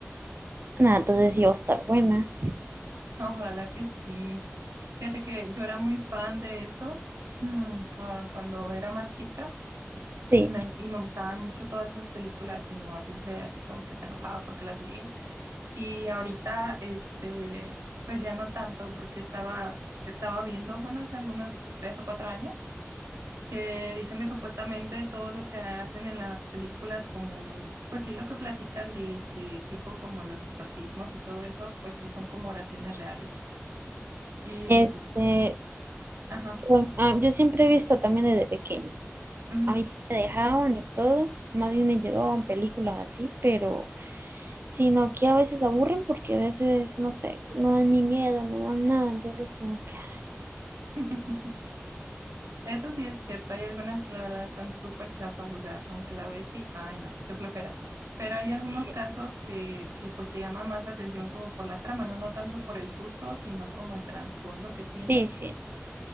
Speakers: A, on the right (about 50°); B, on the right (about 80°).
A: Nada, entonces sí va a estar buena.
B: <laughs> Ojalá que sí. Fíjate que yo era muy fan de eso, <clears throat> mm, ah, cuando era más chica.
A: Sí.
B: Y Me, y me gustaban mucho todas esas películas y mi mamá siempre así como que se enojaba porque las veía. Y ahorita, este, pues ya no tanto porque estaba, estaba viendo, bueno, hace algunos tres o cuatro años, que dicen que supuestamente todo lo que hacen en las películas, como, pues sí, lo que platican de este tipo como los exorcismos y todo eso, pues sí son como oraciones reales. Y
A: Este,
B: pues, ajá.
A: bueno, ah, yo siempre he visto también desde pequeña.
B: ujú.
A: A mí sí me dejaban y todo, más bien me llevaban películas así, pero sino que a veces aburren porque a veces, no sé, no dan ni miedo, no dan nada, entonces como que, ah,
B: <laughs> Eso sí es cierto, hay algunas que la verdad están súper chafas, o sea, como que la ves y, ay no, qué flojera. Pero hay algunos
A: sí,
B: casos que, que pues te llama más la atención como por la trama, ¿no? No tanto por el susto, sino como el trasfondo que tiene,
A: sí, sí,